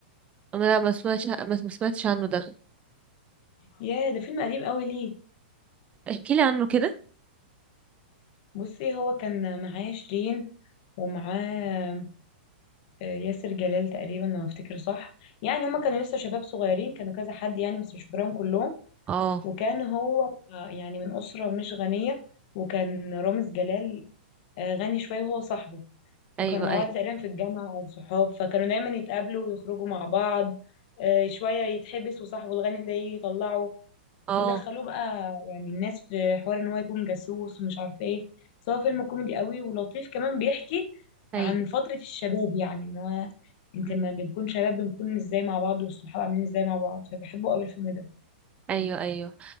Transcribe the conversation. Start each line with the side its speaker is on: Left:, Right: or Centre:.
Right: انا لا ما سمعتش ما ما سمعتش عنه ده
Left: يا ده فيلم قديم قوي ليه
Right: احكي لي عنه كده
Left: بصي هو كان معاه شيرين ومعاه آه، ياسر جلال تقريبا لو افتكر صح يعني هما كانوا لسه شباب صغيرين كانوا كذا حد يعني بس مش فاكراهم كلهم
Right: اه
Left: وكان هو آه، يعني من أسرة مش غنية وكان رامز جلال آه، غني شوية وهو صاحبه وكانوا
Right: ايوه
Left: مع
Right: ايوه
Left: بعض تقريبا في الجامعة أو صحاب فكانوا دايما يتقابلوا ويخرجوا مع بعض آه، شوية يتحبس وصاحبه الغني ده يجي يطلعه
Right: اه
Left: ودخلوه بقى يعني الناس في حوار إن هو يكون جاسوس ومش عارف إيه بس هو فيلم كوميدي قوي ولطيف كمان بيحكي
Right: ايوه
Left: عن فترة الشباب يعني إن هو أنت
Right: م-
Left: لما بنكون
Right: م.
Left: شباب بنكون إزاي مع بعض والصحاب عاملين إزاي مع بعض فبحبه قوي الفيلم ده
Right: ايوه ايوه